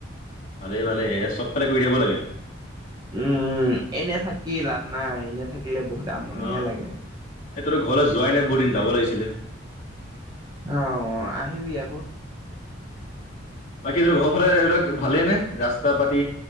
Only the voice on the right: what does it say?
উম, এনে থাকি লাভ নাই এনে থাকিলে বহুত আমনিহে
লাগে।
অ আহিবি আকৌ।